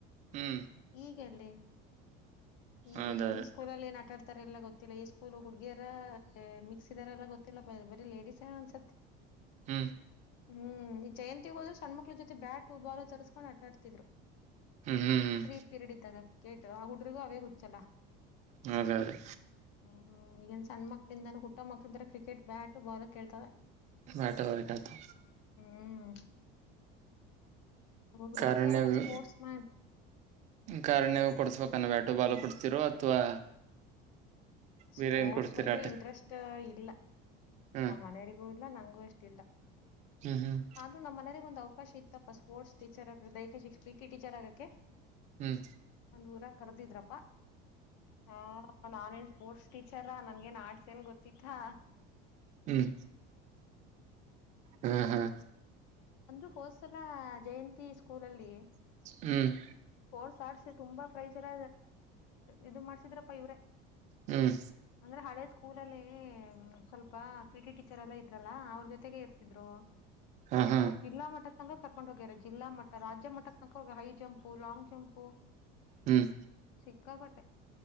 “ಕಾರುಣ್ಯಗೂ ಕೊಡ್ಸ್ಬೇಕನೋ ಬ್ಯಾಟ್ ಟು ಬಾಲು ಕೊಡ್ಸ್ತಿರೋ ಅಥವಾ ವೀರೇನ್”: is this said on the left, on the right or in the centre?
Right